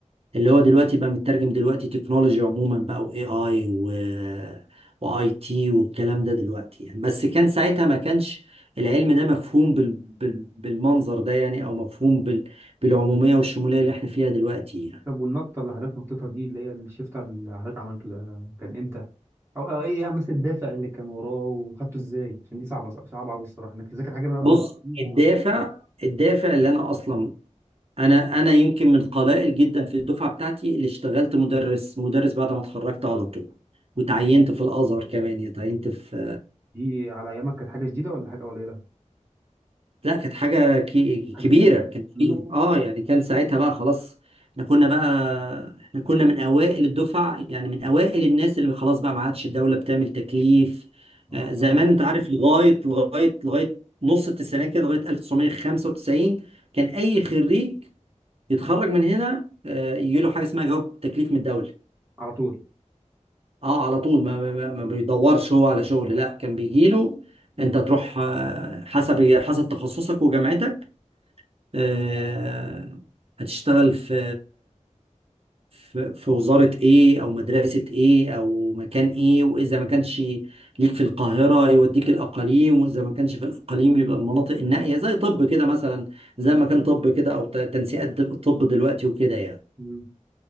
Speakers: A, on the right; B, on the right.
A: اللي هو دلوقتي بقى مترجم دلوقتي تكنولوجي عموما بقى واي اي و واي تي والكلام ده دلوقتي يعني بس كان ساعتها ما كانش العلم ده مفهوم بال... بال... بالمنظر ده يعني او مفهوم بال... بالعمومية والشمولية اللي احنا فيها دلوقتي يعني.
B: طب والنطة اللي حضرتك نطيتها دي اللي هي الشيفت اللي حضرتك عملته ده كان امتى؟ او أو ايه مثلا الدافع اللي كان وراه وخدته ازاي؟ عشان دي صعبة صعبة قوي الصراحة انك تذاكر حاجة من اول
A: بص
B: وجديد دي
A: الدافع الدافع اللي انا اصلا انا انا يمكن من القلائل جدا في الدفعه بتاعتي اللي اشتغلت مدرس مدرس بعد ما اتخرجت على طول وتعينت في الازهر كمان يعني تعينت في
B: دي على ايامك كانت حاجة جديدة ولا حاجة قليلة؟
A: لا كانت حاجه كي-
B: حاجة
A: كبيره
B: كبيرة
A: كان
B: امم
A: في اه يعني كان ساعتها بقى خلاص احنا كنا بقى احنا كنا من اوائل الدفعه يعني من اوائل الناس اللي خلاص بقى ما عادش الدوله بتعمل تكليف
B: اه
A: آه، زمان انت عارف لغايه لغايه لغايه نص التسعينات كده لغايه 1995 كان اي خريج يتخرج من هنا آه، يجي له حاجه اسمها جواب تكليف من الدوله
B: على طول
A: اه على طول ما, ما, ما ما بيدورش هو على شغل لا كان بيجي له انت تروح آه، حسب حسب تخصصك وجامعتك آه، هتشتغل في في في وزاره ايه او مدرسه ايه او مكان ايه واذا ما كانش ليك في القاهره يوديك الاقاليم واذا ما كانش في الاقاليم يبقى المناطق النائيه زي طب كده مثلا زي ما كان طب كده او ت- تنسيقات طب دلوقتي وكده يعني
B: امم